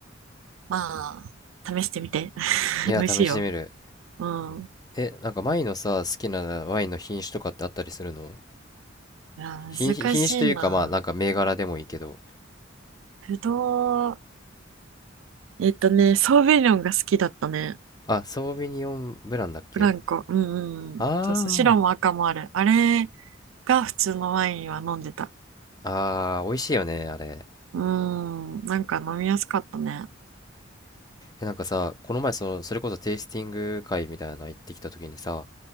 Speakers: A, on the right; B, on the left.
A: まあ試してみて <laughs>
B: いや、
A: 美味しいよ
B: 試してみる。
A: うん
B: え、なんか前のさ、好きなワインの品種とかってあったりするの
A: いや
B: 品、品種というか、
A: 難しいな
B: まあ、なんか銘柄でもいいけど。
A: ぶどうえっとねソーヴィニョンが好きだったね
B: あ、ソービニオンブランだっけ
A: ブランコうんう
B: あ
A: んそうそう白も赤もあるあれが普通のワインは飲んでた
B: あ。ああ、美味しいよね、あれ。
A: うんなんか飲みやすかったね、
B: え、なんかさ、この前、その、それこそテイスティング会みたいなの行ってきた時にさ、